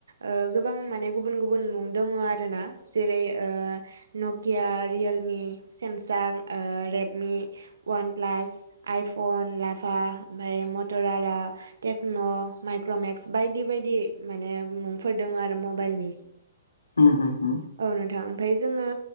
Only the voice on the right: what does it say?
ओ गोबां माने गुबुन गुबुन मुं दोङो आरोना जेरै ओ नकिया रियेलमि सेमसां ओ रेडमि वान प्लास, आइफन, लाभा ओमफ्राय मटराला टेक्न' माइक्रमेक्स बायदि बायदि माने मुंफोर दोङो आरो मबाइलनि
औ नोंथां ओमफाय जोंङो